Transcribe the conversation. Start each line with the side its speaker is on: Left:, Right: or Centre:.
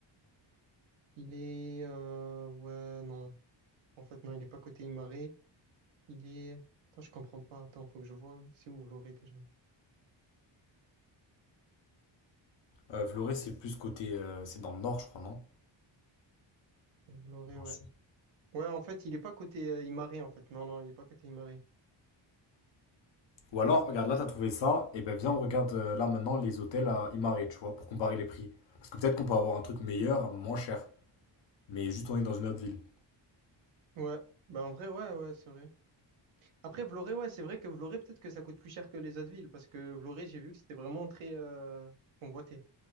Right: Il est. euh, Ouais, non. En fait, non, il n'est pas côté Imare. Il est. Attends, je comprends pas. Attends, faut que je vois. C'est où Vloré déjà?
Left: euh, Vloré, c'est plus côté... euh, c'est dans le nord, je crois, non?
Right: Vloré,
Left: Dans
Right: ouais.
Left: le sud.
Right: Ouais, en fait, il est pas côté euh, Imare, en fait. Non, non, il est pas côté Imare.
Left: Ou alors, regarde, là, t'as trouvé ça, et ben viens, on regarde euh, là maintenant les hôtels à Imare, tu vois, pour comparer les prix. Parce que peut-être qu'on peut avoir un truc meilleur, moins cher. Mais juste on est dans une autre ville.
Right: Ouais. Bah, en vrai, ouais, ouais, c'est vrai. Après, Vloré, ouais, c'est vrai que Vloré, peut-être que ça coûte plus cher que les autres villes, parce que Vloré, j'ai vu que c'était vraiment très euh, convoité.